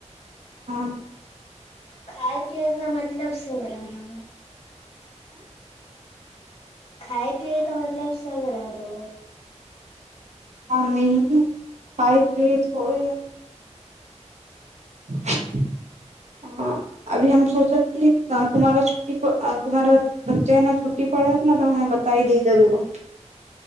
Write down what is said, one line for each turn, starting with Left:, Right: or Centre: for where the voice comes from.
Right: हँ
Left: खाय पियए का मतलब सब बर ल खाइ पियएै क मतलब सब रहलो
Right: <unintelligible> <unintelligible> ह अभी हम सोचत की तुम्हारा छुट्टी अ तुम्हारा बच्चे न छुट्टी पड़ैत ने तऽ हम बताइ दी जरुर